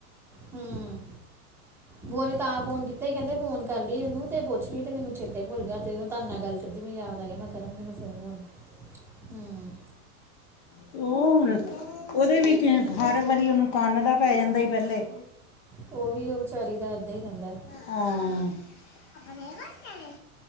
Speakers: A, in the centre; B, on the left.
A: ਹ ਮ। ਬੂਆ ਨੇ ਤਾਂ ਫ਼ੋਨ ਕੀਤਾ ਸੀ ਕਹਿੰਦੇ, ਫ਼ੋਨ ਕਰ ਲੀ ਉੰਨੂੰ ਤੇ ਪੁੱਛ ਲਈਂ ਤੇ ਮੈਨੂੰ ਚੇਤਾ ਹੀ ਭੁੱਲ ਗਿਆ, ਤੇ ਓ ਤਦ ਨਾਲ ਗੱਲ ਨਹੀਂ ਹੋ ਸਕੀ। <unintelligible> ਯਾਦ ਆ ਗਿਆ ਮੈਂ ਕਰਾਂ ਕਿੰਨੂ ਫੋਨ ਹ ਮ।
B: ਤੇ ਓ ਹੁਣ, ਓਦੇ ਵੀ ਹਰ ਵਾਰੀ ਉਹਨੂੰ ਕੰਨ ਦਾ ਪੈ ਜਾਂਦਾ ਸੀ ਪੈਲੇ।
A: ਉਹ ਵੀ ਉਹ ਵਿਚਾਰੀ ਦਾ ਇੱਦਾਂ ਹੀ ਰਹਿੰਦਾ।
B: ਹਾਂ। ਆਪਣੇ ਘਰ ਚਲੇ।